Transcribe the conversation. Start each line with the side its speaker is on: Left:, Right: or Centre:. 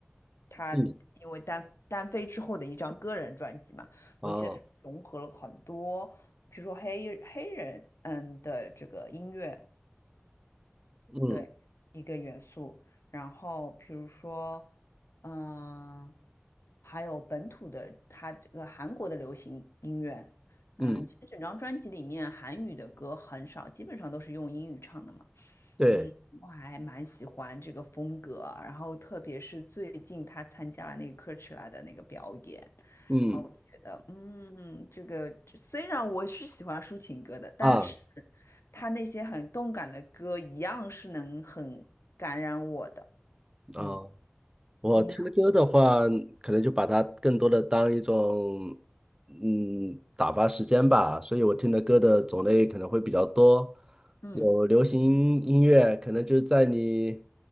Left: 她因为单单飞之后的一张个人专辑嘛，
Right: 嗯啊
Left: 我觉得她融合了很多，比如说黑黑人嗯的这个音乐，
Right: 嗯
Left: 对，一个元素。然后比如说，嗯、还有本土的，它这个韩国的流行音乐，
Right: 嗯，
Left: 嗯，其实整张专辑里面韩语的歌很少，基本上都是用英语唱的嘛。
Right: 对，
Left: 嗯，我还蛮喜欢这个风格啊，然后特别是最近他参加了那个 c o a c h e 的那个表演，
Right: 嗯
Left: 然后我就觉得，嗯，这个这虽然我是喜欢抒情歌的，但是。
Right: 啊
Left: 他那些很动感的歌一样是能很感染我的。
Right: 啊
Left: 嗯，
Right: 我听的歌的话，
Left: 你呢？
Right: 可能就把它更多的当一种，嗯，打发时间吧。所以我听的歌的种类可能会比较多，
Left: 嗯
Right: 有流行音乐，可能就是在你